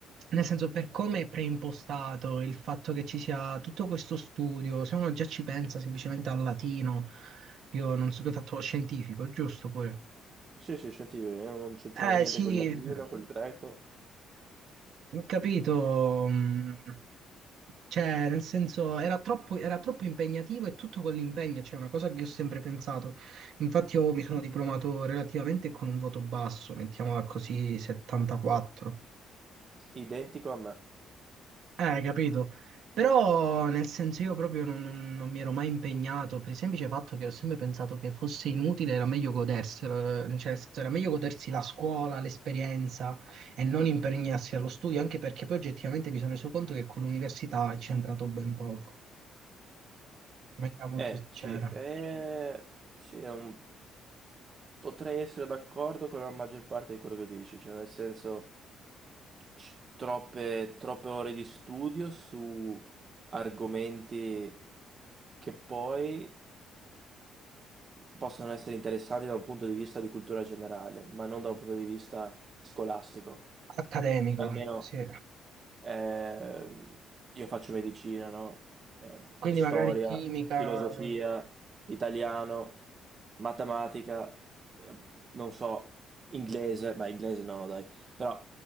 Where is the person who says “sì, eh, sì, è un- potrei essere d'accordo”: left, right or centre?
Right